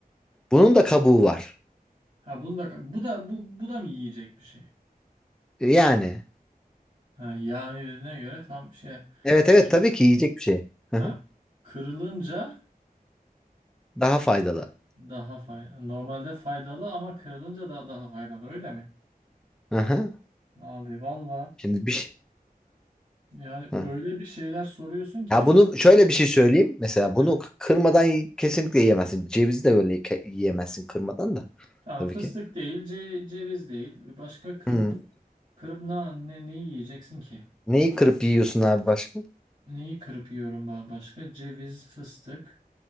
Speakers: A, in the centre; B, on the right.
A: Bunun da kabuğu var.
B: Ha bunu da bu da bu bu da mı yiyecek bir şey?
A: Yani.
B: Ha yağına göre tam şey
A: Evet
B: kırıl
A: evet tabii ki yiyecek bir şey. Hı
B: ha
A: hı.
B: kırılınca
A: Daha faydalı.
B: daha faydalı. Normalde faydalı ama kırılınca da daha faydalı öyle mi?
A: Hı hı.
B: Abi valla
A: Şimdi bir şey.
B: yani
A: Hı.
B: öyle bir şeyler soruyorsun ki
A: Ya bunu şöyle bir şey söyleyeyim. Mesela bunu
B: Evet.
A: k- kırmadan y- kesinlikle yiyemezsin. Cevizi de böyle ke- yiyemezsin kırmadan da.
B: tamam
A: Tabii
B: fıstık
A: ki.
B: değil, ce- ceviz değil. Başka kırıp
A: Hı.
B: kırıp ne ne neyi yiyeceksin ki?
A: Neyi kırıp yiyorsun abi başka?
B: Neyi kırıp yiyorum ba- başka? Ceviz, fıstık,